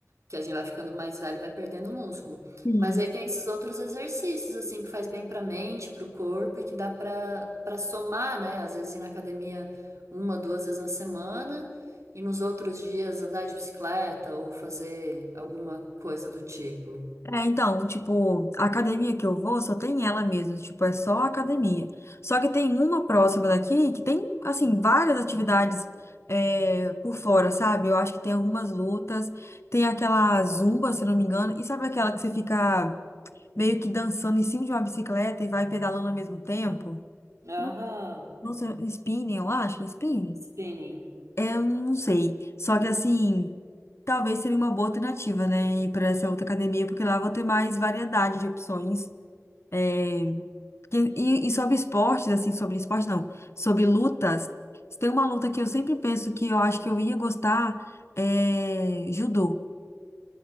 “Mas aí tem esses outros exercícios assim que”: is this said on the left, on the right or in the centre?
Right